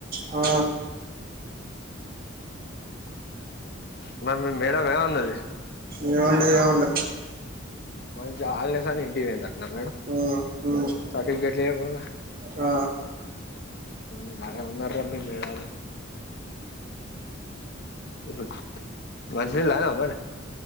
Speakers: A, on the right; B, on the left.
A: ఆ
B: మ మేడం ఏ అన్నది
A: ఏమంటాది ఏమనలే
B: మంచి హాలిడేస్లో ఇంటికీ పోయింది అ మేడం
A: ఆ, ఉమ్,
B: సర్టిఫికెట్ లే ఆ
A: ఆ
B: మ్ బాగా ఉన్న మేడాలు ఇరుజ మంచి నీళ్ళు తగినవా మరి